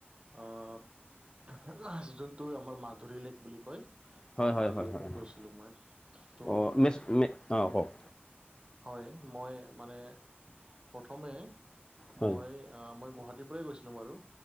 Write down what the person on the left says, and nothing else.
হয়
হয়
হয় হয় হয়
অ নেছ নে অ কওক
হয়